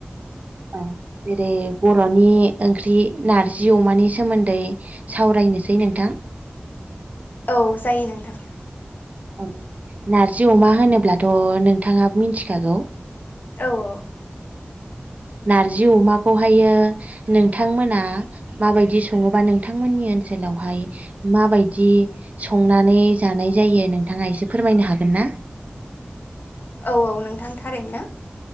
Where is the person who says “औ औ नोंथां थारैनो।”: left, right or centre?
Left